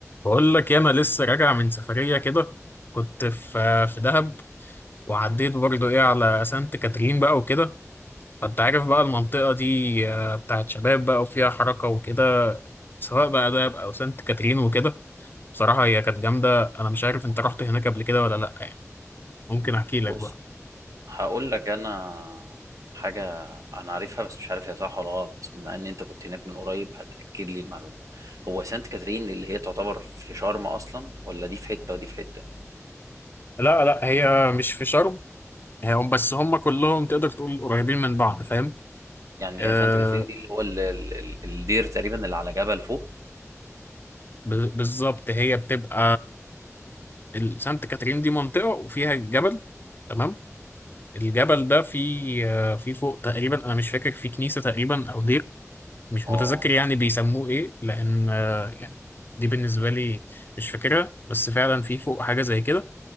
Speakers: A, on the left; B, on the right.
A: بقول لك يا انا لسه راجع من سفريه كده كنت في في دهب وعديت برضو ايه على سانت كاترين بقى وكده فانت عارف بقى المنطقه دي آه، بتاعت شباب بقى وفيها حركه وكده سواء بقى دهب او سانت كاترين وكده بصراحه هي كانت جامده انا مش عارف انت رحت هناك قبل كده ولا لا يعني ممكن احكي لك
B: بص
A: بقى
B: هقول لك انا حاجه انا عارفها بس مش عارف هي صح ولا غلط بس بما ان انت كنت هناك من قريب هتاكد لي المعلومه هو سانت كاترين اللي هي تعتبر في شرم اصلا ولا دي في حته ودي في حته
A: لا لا هي مش في شرم هي هم بس هم كلهم تقدر تقول قريبين من بعض فاهم
B: يعني
A: آه
B: هي سانت كاترين دي اللي هو ال- ال- ال- الدير تقريبا اللي على جبل فوق
A: ب- بالظبط هي بتبقى ال- سانت كاترين دي منطقة وفيها جبل تمام الجبل ده فيه آه، فيه فوق تقريبا أنا مش فاكر فيه كنيسة تقريبا أو دير مش
B: اه
A: متذكر
B: اه
A: يعني بيسموه إيه لأن آه، يعني دي بالنسبة لي مش فاكرها بس فعلا فيه فوق حاجة زي كده